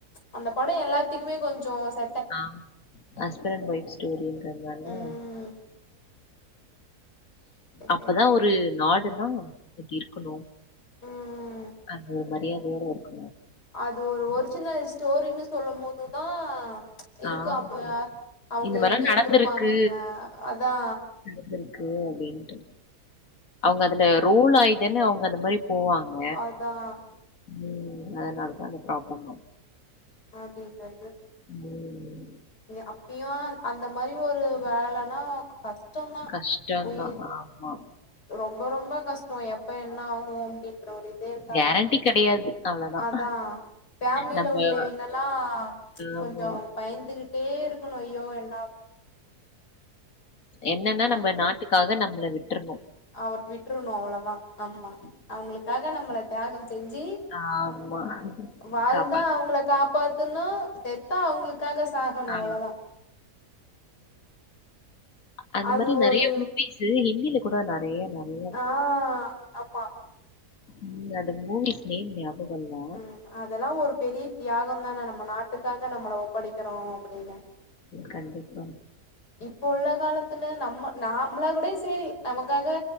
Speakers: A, on the left; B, on the left.
A: அந்த படம் எல்லாத்துக்குமே கொஞ்ச ச
B: ஆ ஹஸ்பண்ட் அண்ட் ஒய்ஃப் ஸ்டோரின்றது தானே
A: ம்
B: அ அப்பதா
A: செட் ஆயி
B: ஒரு நாடுன்னா இப்டி இருக்கணு
A: ம்
B: அது ஒரு மரியாதையட இருக்கு
A: அது ஒரு ஒரிஜினல் ஸ்டோரின்னு சொல்லு போது தா இருக்கு
B: ஆம்
A: அப்போ அவங்க
B: இந்த மாதிரிலாம்
A: எப்டி
B: நடந்திருக்கு
A: இருந்திருப்பாங்க அதா
B: இருக்கு அப்டின்னுட்டு அவங்க அதுல ரோல் ஆயிதன்னு அவங்க அந்த மாறி போவாங்க
A: அதா
B: ம் அதனாலதா அந்த ப்ராப்ளம்
A: அடிது
B: ம்
A: அப்பயு அந்த மாறி ஒரு வேலைனா கஷ்டந்தா
B: கஷ்டம்தான்
A: போயி
B: ஆமா
A: ரொம்ப ரொம்ப கஷ்ட இப்ப என்ன ஆகபோதோ அப்டின்ற ஒரு இத இருக்காது
B: கேரண்டி கிடையாது அவ்வளவுதான்
A: அதா ஃபேமிலியில
B: நம்ம
A: உள்ளவங்க எல்லா
B: ஆமா
A: கொஞ்ச பயந்துகிட்டே இருக்கணு ஐயோ என்ற
B: என்னன்னா நம்ம
A: அப்டின்னு
B: நாட்டுக்காக நம்மள விட்டுருனோம்
A: அவர் விட்டுருணு அவ்ளோ தா ஆமா அவங்களுக்காக நம்மள தியாகம் செஞ்சு
B: ஆமா
A: வாழ்ந்தா
B: காப்பாத்து
A: அவங்கள காப்பா பாத்தன்னா செத்தா அவங்களுக்காக சாகணு
B: ஆ.
A: அவ்வளோதா
B: அந்த
A: அது
B: மாதிரி நிறைய
A: ஒரு
B: பேசு ஹிந்தியில கூட நிறைய நிறைய இருக்கு
A: ஆ ஆமா
B: ம் அது மூவிஸ் நேம் ஞாபகம்லா
A: ம் அதெல்லா ஒரு பெரிய தியாகம் தானே நம்ம நாட்டுக்காக நம்மள ஒப்படைக்கிறோ அப்டின்னு
B: கண்டிப்பா
A: இப்ப உள்ள காலத்துல நம்ம நாமள கூட சேரி நமக்காக